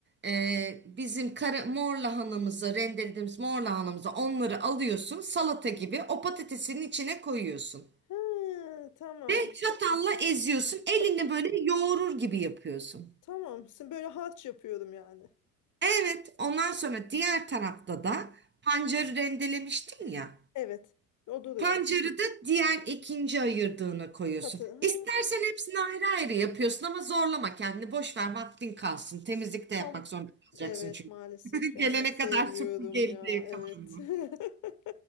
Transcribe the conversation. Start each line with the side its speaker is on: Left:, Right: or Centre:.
Right: e, bizim kara, mor lahanamızı, rendelediğimiz mor lahanamızı onları alıyorsun. Salata gibi o patatesinin içine koyuyorsun.
Left: Ha, tamam.
Right: Ve çatalla eziyorsun. Elini
Left: Ça-
Right: böyle yoğurur gibi yapıyorsun.
Left: tamam. Şimdi böyle harç yapıyorum yani.
Right: Evet, ondan sonra diğer tarafta da pancarı rendelemiştin ya.
Left: Evet. O duruyor.
Right: Pancarı da diğer ikinci ayırdığına koyuyorsun.
Left: Patı. Ha.
Right: İstersen hepsini ayrı ayrı yapıyorsun ama zorlama kendini. Boş ver vaktin kalsın. Temizlik de
Left: Tam
Right: yapmak zorunda kalacaksın
Left: evet
Right: çünkü.
Left: maalesef
Right: <laughs>
Left: ya
Right: Gelene
Left: hiç sevmiyorum
Right: kadar süpürgeyle
Left: ya
Right: yıkamanı.
Left: evet. <laughs>